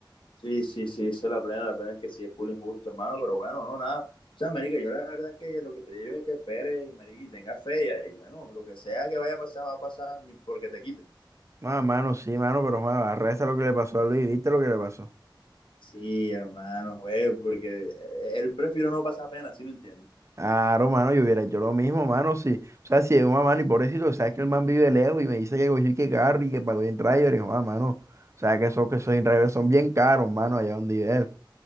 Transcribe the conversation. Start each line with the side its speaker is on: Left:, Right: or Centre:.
Left: Sí, sí, sí, eso es la plena, la plena es que sí es full injusto, hermano, pero bueno, no, nada. O sea, marica, yo la verdad es que lo que te digo es que esperes, marica, y tengas fe, y ahí, bueno, lo que sea que vaya a pasar, va a pasar, ni porque te quite.
Right: Ah, mano, sí, mano, pero joda, arresta lo que le pasó a Luis, ¿viste lo que le pasó?
Left: Sí, hermano, güey, porque eh, él prefiero no pasar pena, ¿sí me entiendes?
Right: Claro, mano, yo hubiera hecho lo mismo, mano, sí. O sea, si es una mano y pobrecito, sabes que el man vive lejos y me dice que cogí que carro y que pagó en driver, y yo, ah, mano, o sea, que esos que esos en driver son bien caros, mano, allá donde vive él.